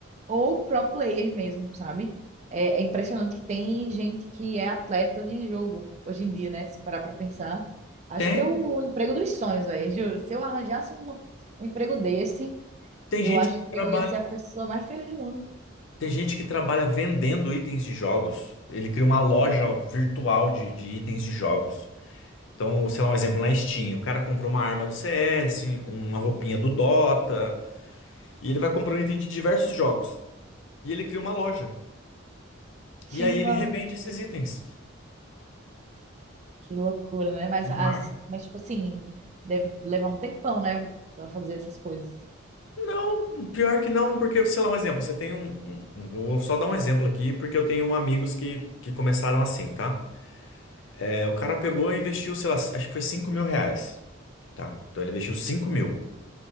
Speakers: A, on the right (about 35°); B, on the left (about 70°).
A: ou pro player mesmo, sabe? É, é impressionante que tem gente que é atleta de jogo hoje em dia, né? Se parar pra pensar. Acho
B: Tem,
A: que é o emprego dos sonhos, velho, juro. Se eu arranjasse uma- um emprego desse,
B: tem
A: eu
B: gente
A: acho
B: que
A: que
B: trabalha,
A: eu ia ser a pessoa mais feliz do mundo. <laughs>
B: tem gente que trabalha vendendo itens de jogos. Ele cria uma loja virtual de, de itens de jogos. Então, sei lá, um exemplo na Steam, o cara comprou uma arma do CS, uma roupinha do Dota, e ele vai comprando item de diversos jogos. E ele cria uma loja.
A: Que
B: E aí
A: maluco,
B: ele revende esses itens.
A: que loucura, né? Mas,
B: Uma
A: as,
B: marca.
A: mas tipo assim, deve levar um tempão, né? Pra fazer essas coisas.
B: Não, pior que não, porque, sei lá, um exemplo, você tem um, um- um- Vou só dar um exemplo aqui, porque eu tenho amigos que, que começaram assim, tá? É, o cara pegou e investiu, sei lá, acho que foi cinco mil reais, tá? Então ele investiu cinco mil.